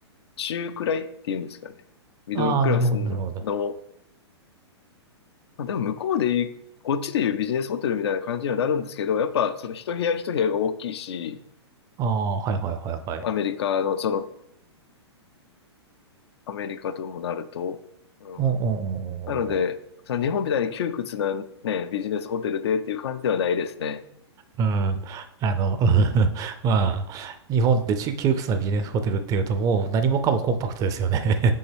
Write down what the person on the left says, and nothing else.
中くらいっていうんですかね。ミドルクラスの、
のまあ、でも向こうでいうこっちでいうビジネスホテルみたいな感じにはなるんですけど、やっぱその一部屋一部屋が大きいし、
アメリカの、その、アメリカともなると、うん。
なので、その日本みたいに窮屈なね、ビジネスホテルでっていう感じではないですね。